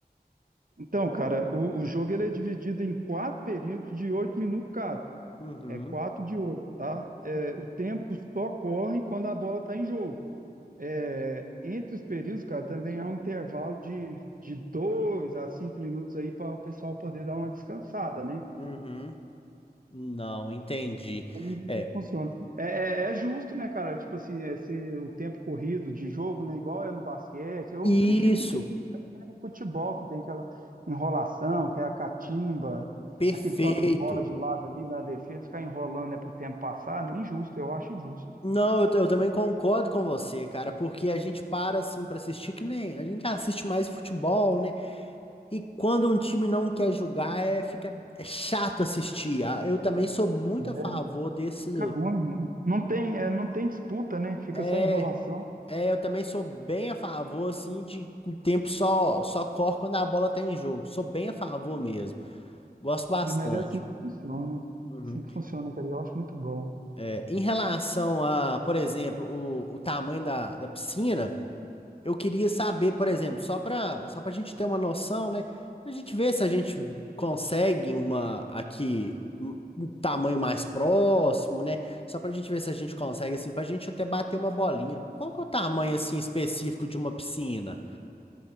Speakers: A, on the right; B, on the left.
A: Então, cara, o, o jogo ele é dividido em quatro períodos de oito minutos cada.
B: Uhum,
A: É 4 de 8, tá? É, o tempo só corre quando a bola está em jogo. É, entre os períodos, cara, também há um intervalo de, de 2 a 5 minutos aí para o pessoal poder dar uma descansada, né?
B: uhum. Não, entendi.
A: Como isso
B: É,
A: funciona. É, é- é justo, né, cara? Tipo assim, é ser o tempo corrido de jogo, né? Igual é no basquete. Eu
B: isso,
A: prefiro que seja no futebol, que tem aquela enrolação, que é a catimba,
B: perfeito.
A: aquele toque de bola de lado ali na defesa, ficar enrolando, né, pro tempo passar, né? É Injusto, eu acho injusto.
B: Não, eu, t- eu também concordo com você, cara, porque a gente para assim pra assistir que nem a gente assiste mais futebol, né? E quando um time não quer jogar, é, fica é chato assistir. Ah, Eu também sou muito
A: né?
B: a favor desse.
A: Fica ruim, né? não tem, é, não tem disputa, né? Fica
B: É,
A: só enrolação,
B: é, eu também sou bem a favor, assim, de que o tempo só, só corre quando a bola tá em jogo. Sou bem a favor mesmo. Gosto bastante.
A: né? Mas é assim que funciona.
B: Uhum.
A: Assim que funciona, cara. e Eu acho muito bom.
B: É, em relação a, por exemplo, o, o tamanho da, da piscina. Eu queria saber, por exemplo, só para só para a gente ter uma noção, né? Para a gente ver se a gente consegue uma aqui um um tamanho mais próximo, né? Só para a gente ver se a gente consegue assim, para a gente até bater uma bolinha. Qual que é o tamanho assim específico de uma piscina?